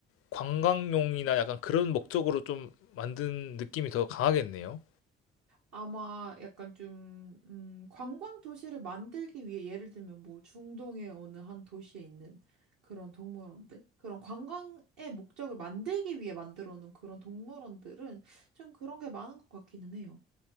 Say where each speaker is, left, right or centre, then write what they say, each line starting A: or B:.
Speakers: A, on the left; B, on the right.
A: 관광용이나 약간 그런 목적으로 좀 만든 느낌이 더 강하겠네요.
B: 아마 약간 좀, 음, 관광 도시를 만들기 위해 예를 들면 뭐 중동의 어느 한 도시에 있는 그런 동물원들? 그런 관광의 목적을 만들기 위해 만들어 놓은 그런 동물원들은 좀 그런 게 많은 것 같기는 해요.